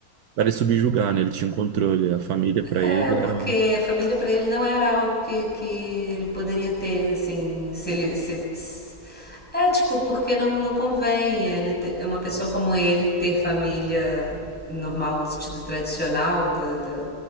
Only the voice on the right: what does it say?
Para ele subjugar, né? Ele tinha um controle, a família para
ele
era.